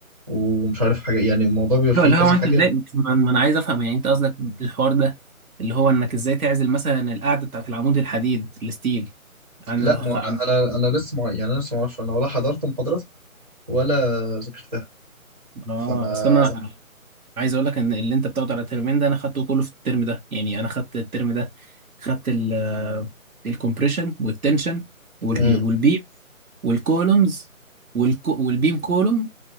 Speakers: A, on the right; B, on the right.
A: ومش عارف حاجة يعني الموضوع بيبقى فيه
B: ايوه اللي
A: كذا
B: هو انت
A: حاجة
B: ازاي ما ما انا عايز افهم يعني انت قصدك الحوار ده اللي هو انك ازاي تعزل مثلا القاعده بتاعت العمود الحديد الستيل عن
A: لا
B: الخ...
A: ما أنا أنا أنا لسه مع... يعني أنا لسه معرفش أنا ولا حضرت محاضراتها ولا ذاكرتها
B: اه
A: فأنا
B: اصل انا عايز اقول لك ان اللي انت بتاخده على الترمين ده انا خدته كله في الترم ده يعني انا خدت الترم ده خدت ال الكompression والتنشن وال-
A: مم.
B: والبيم والكولومز والبيم كولوم